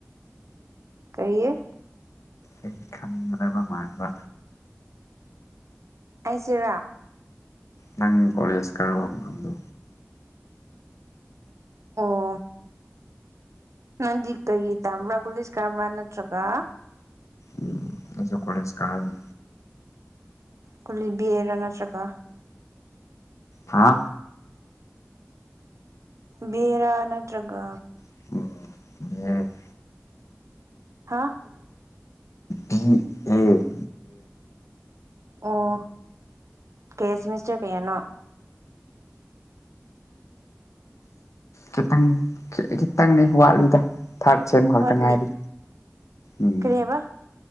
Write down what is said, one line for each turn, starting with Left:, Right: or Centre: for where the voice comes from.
Right: ꯀꯔꯤꯌꯦ
Left: ꯑꯩ ꯈꯪꯒꯗꯕ ꯃꯥꯟꯕ
Right: ꯑꯩꯖꯔꯥ
Left: ꯅꯪ ꯀꯣꯂꯦꯖ ꯈꯥꯕ ꯃꯥꯐꯝ ꯗꯣ
Right: ꯑ ꯅꯟꯗꯤ ꯀꯣꯏꯒꯤ ꯇꯝꯕ꯭ꯔꯥ ꯀꯨꯂꯁ ꯀꯥꯝꯕ꯭ꯔꯥ ꯅꯠꯇ꯭ꯔꯒ
Left: ꯎꯝ ꯑꯩꯁꯨ ꯀꯣꯂꯦꯖ ꯀꯔꯥꯅꯤ
Right: ꯀꯨꯂꯤꯕꯤꯦꯔ ꯅꯠꯇ꯭ꯔꯒ
Left: ꯍꯥ
Right: ꯕꯦꯔꯥ ꯅꯠꯇ꯭ꯔꯒ
Left: ꯑꯣ
Right: ꯎꯝ <unintelligible> ꯍꯥꯥ
Left: ꯎꯝ ꯎꯝ
Right: ꯑꯣ ꯀꯌꯥ ꯁꯦꯃꯦꯁꯇꯔ ꯀꯌꯥꯅꯣ
Left: ꯈꯤꯇꯪ ꯈꯤꯇꯪꯅꯤ ꯋꯥꯠꯂꯤꯗꯣ ꯊꯥꯔꯠ ꯁꯦꯝ ꯈꯛꯇ
Right: ꯋꯥꯠꯂꯤ
Left: ꯉꯥꯏꯔꯤ ꯎꯝ
Right: ꯀꯔꯤ ꯍꯥꯏꯕ